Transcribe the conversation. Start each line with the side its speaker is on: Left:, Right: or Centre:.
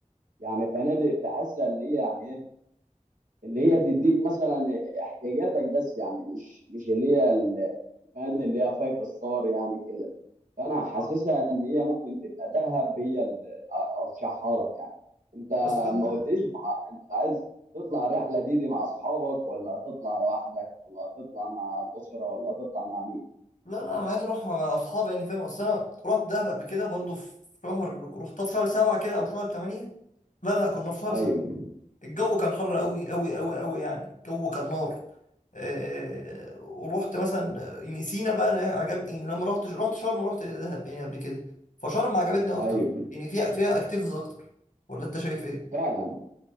Right: يعني فنادق تحسها اللي هي يعني ايه اللي هي تديك مثلا احتياجاتك بس يعني مش مش اللي هي فنادق اللي هي فايف ستار يعني كده فانا حاسسها
Left: آه.
Right: ان هي ممكن تبقى دهب هي اللي ارشحها لك يعني انت
Left: بس أنا...
Right: ما قلتليش بحق انت عايز تطلع الرحله دي دي مع اصحابك ولا هتطلع لوحدك ولا هتطلع مع الاسره ولا هتطلع مع مين
Left: لا لا انا عايز اروح مع اصحابي يعني فاهم اصل انا رحت دهب قبل كده برضو في شهر رحتها في شهر سبعة كده او شهر تمانية لا لا كنا في شهر
Right: ايوه
Left: سبعة الجو كان حر قوي قوي قوي قوي يعني الجو كان نار آه ورحت مثلا يعني سينا بقى أنا عجبني يعني لما رحت رحت شرم ورحت دهب يعني قبل كده فشرم عجبتني اكتر
Right: ايوه
Left: يعني فيها فيها اكتيفيتيز اكتر ولا انت شايف ايه
Right: فعلا